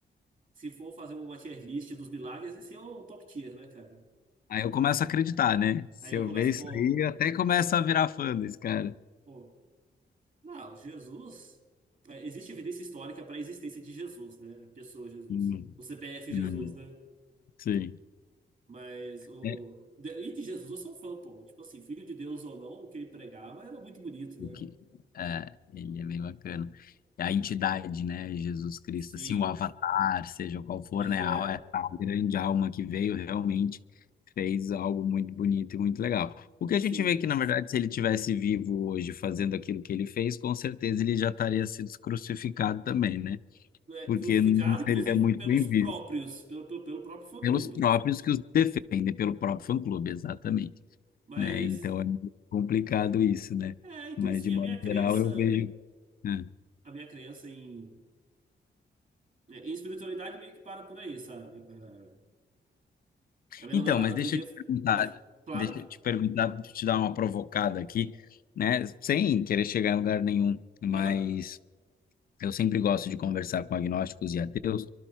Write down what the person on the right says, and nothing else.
se for fazer uma tier list dos milagres, esse é o top tier, né, cara?
Aí eu
começo,
pô,
pô, não, Jesus. é, existe evidência histórica para a existência de Jesus, né? A pessoa Jesus.
O CPF
Jesus, né?
Mas o.
de- E de Jesus eu sou fã, pô. Tipo assim, filho de Deus ou não, o que ele pregava era muito bonito,
né?
Sim.
Pois
é,
sim.
É,
crucificado,
inclusive,
pelos
próprios,
pelo, pelo, pelo próprio fã-clube.
Mas.
É, então
assim,
a minha crença.
A minha crença em É, E espiritualidade meio que para por aí, sabe? É, a minha
namorada
outro
dia
pode. Claro.
Aham.